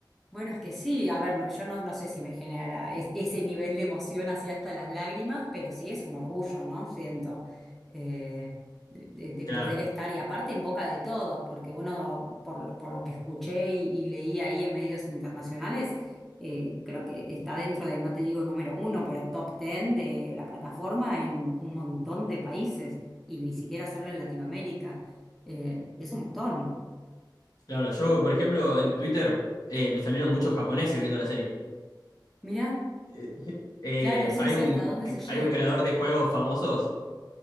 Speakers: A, in the centre; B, on the left (about 55°).
A: Bueno, es que sí, a ver, no, yo no, no sé si me generará es- ese nivel de emoción así hasta las lágrimas, pero sí es un orgullo, ¿no? Siento, eh, de, de- de
B: Claro.
A: poder estar y aparte en boca de todos, porque uno, por, lo- por lo que escuché y, y leí ahí en medios internacionales, eh, creo que está dentro de, no te digo número uno, pero top ten de la plataforma en un montón de países y ni siquiera solo en Latinoamérica. Eh, y es un montón.
B: Claro, yo, por ejemplo, en Twitter eh, me salieron muchos japoneses viendo la serie.
A: Mirá,
B: Eh, <laughs> eh,
A: claro, sí,
B: hay
A: sí,
B: un,
A: hasta dónde se llega.
B: hay un creador de juegos famosos,